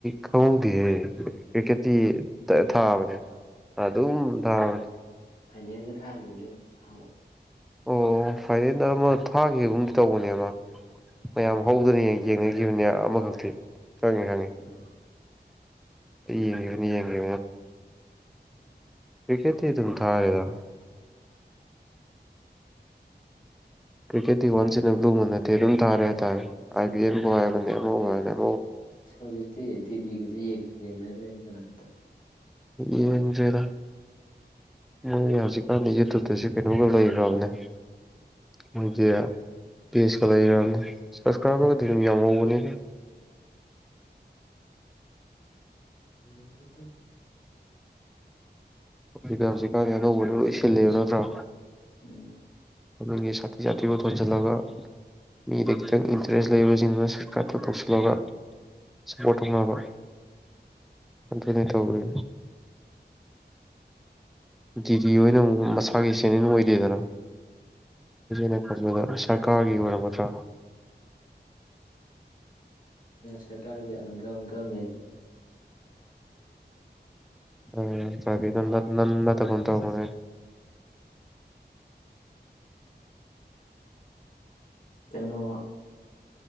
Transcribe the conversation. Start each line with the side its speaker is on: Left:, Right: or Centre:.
Centre: ꯈꯪꯍꯧꯗꯦꯍꯦ ꯀ꯭ꯔꯤꯛꯀꯦꯠꯇꯤ ꯊꯥꯕꯅꯦ ꯑꯗꯨꯝ ꯊꯥꯕꯅꯦ
Left: ꯐꯥꯏꯅꯦꯜꯗ ꯊꯥꯈꯤꯕꯅꯦ ꯑꯗꯨ ꯅꯍꯃꯣꯛ
Centre: ꯑꯣ ꯐꯥꯏꯅꯦꯦꯟꯗ ꯑꯃ ꯊꯥꯈꯤꯕꯒꯨꯝꯗꯤ ꯇꯧꯕꯅꯦ ꯑꯃ ꯃꯌꯥꯝ ꯍꯧꯗꯅ ꯌꯦꯡꯅꯈꯤꯕꯅꯦ ꯑꯃꯈꯛꯇꯤ ꯈꯪꯉꯤ ꯍꯪꯉꯤ
Left: ꯎꯝ
Centre: ꯌꯦꯡꯅꯤ ꯌꯦꯡꯅꯤ ꯀ꯭ꯔꯤꯀꯦꯠꯇꯤ ꯑꯗꯨꯝ ꯊꯥꯔꯦꯗ ꯀ꯭ꯔꯤꯀꯦꯠꯇꯤ ꯋꯥꯟꯁ ꯑꯦꯟ ꯑꯦ ꯭ꯂꯨꯃ ꯅꯠꯇꯦ ꯑꯗꯨꯝ ꯊꯥꯔꯦ ꯍꯥꯏꯇꯥꯔꯦ ꯑꯥꯏ ꯄꯤ ꯑꯦꯜꯕꯨ ꯍꯥꯏꯕꯅꯦ ꯑꯃꯕꯨ ꯍꯥꯏꯔꯅꯦ
Left: ꯁꯖꯤꯗꯤꯤ ꯗꯤꯒꯁꯦꯡ ꯌꯦꯡꯅꯗ꯭ꯔꯦꯅꯤ ꯀꯅꯥꯝꯇ
Centre: ꯌꯦꯡꯗ꯭ꯔꯦꯗ ꯃꯣꯏ ꯍꯧꯖꯤꯛꯀꯥꯟ ꯌꯨꯇꯨꯕꯇꯁꯨ ꯀꯩꯅꯣꯒ ꯂꯩꯈ꯭ꯔꯕꯅꯦ ꯃꯣꯏꯒꯤ ꯄꯤ ꯑꯩꯆ ꯀꯂꯔ ꯁꯁꯀ꯭ꯔꯥꯏꯕꯔ ꯔꯃꯤꯌꯥꯒꯅꯤꯅꯦ
Left: ꯑꯗꯨ
Centre: ꯍꯧꯖꯤꯛꯗ ꯍꯧꯖꯤꯛꯀꯥꯟꯗꯤ ꯑꯅꯧꯕꯅ ꯂꯣꯏ ꯁꯤꯜꯂꯦꯕ ꯅꯠꯇ꯭ꯔꯣ
Left: ꯎꯝ
Centre: <unintelligible> ꯁꯥꯊꯤꯖꯇꯤꯕꯨ ꯊꯣꯟ ꯆꯜꯂꯒ ꯃꯤꯗ ꯈꯤꯇꯪ ꯏꯟꯇꯔꯦꯁ ꯂꯩꯕꯁꯤꯡꯗꯨꯅ ꯁ꯭ꯋꯔꯤꯠꯀꯥꯞꯇ ꯇꯧꯁꯤꯜꯂꯒ ꯁꯞꯄꯣꯔꯠ ꯇꯧꯅꯕ ꯑꯗꯨꯅ ꯇꯧꯋꯤ ꯗꯤꯗꯤ ꯑꯣꯏꯅ ꯑꯃꯨ ꯃꯁꯥꯒꯤ ꯏ ꯆꯦꯅꯦꯦꯟ ꯑꯣꯏꯗꯦꯗꯅ ꯅ ꯈꯔꯒ ꯁꯔꯀꯥꯔꯒꯤ ꯑꯣꯏꯔꯒꯗ꯭ꯔꯥ
Left: ꯁꯇꯔꯒ ꯏꯪꯪꯀ ꯃ
Centre: ꯑꯥ <unintelligible> ꯇꯥ ꯄꯨꯟ ꯇꯧꯕꯅꯦ
Left: ꯀꯩꯅꯣ